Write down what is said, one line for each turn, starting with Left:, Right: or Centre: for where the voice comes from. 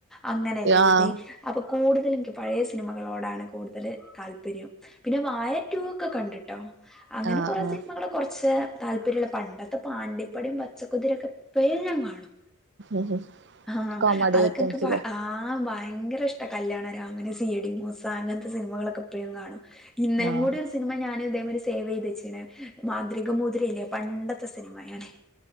Centre: അങ്ങനല്ലേ ള്ളത്
Right: ആഹ്
Centre: അപ്പൊ കൂടുതലും ക്ക് പഴയ സിനിമകളോടാണ് കൂടുതൽ താല്പര്യം പിന്നെ വായ ഒക്കെ കണ്ടിട്ടോ അങ്ങനെ
Right: ആഹ്
Centre: കൊറേ സിനിമകളൊ കൊറച്ച് താല്പര്യം ഉള്ള, പണ്ടത്തെ പാണ്ടിപ്പടയും, പച്ചക്കുതിരയും ഇപ്പഴും ഞാൻ കാണും
Right: ആഹ്
Centre: ആ
Right: കോമഡി
Centre: അതൊക്കെ
Right: ഐറ്റംസില്
Centre: ന്ക്ക് ആ ആഹ് ഭയങ്കര ഇഷ്ടാ. Kalyanaraman C I D Moosa അങ്ങനത്തെ സിനിമകളൊക്കെ ഇപ്പഴും കാണും ഇന്നലേ
Right: ആഹ്
Centre: കൂടി ഒരു സിനിമ ഞാൻ ഇതേമാതിരി സേവ് ചെയ്ത് വെച്ചീന് മാന്ത്രിക മോതിരല്ലേ പണ്ടത്തെ സിനിമയാണ്